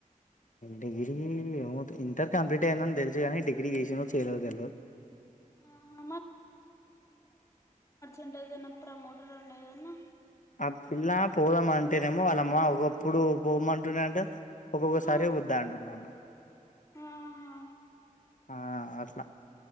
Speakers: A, on the left; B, on the left.
A: డిగ్రీ ఏమో తేల్వ ఇంటర్ కంప్లీట్ అయిందని తెలుసు కాని డిగ్రీ చేసిందో చేయలేదో తెల్వదు
B: ఆహా అంటే ఏదైనా ప్రమోటర్ అయినా ఏదన్నా
A: ఆ పిల్ల పోదామంటేనేమో వాళ్ళ అమ్మ ఒకప్పుడు పోమంటున్నాంట ఒక్కొక్కసారి
B: ఆ
A: వద్దంటుంది అంట
B: ఆహా
A: ఆ అట్లా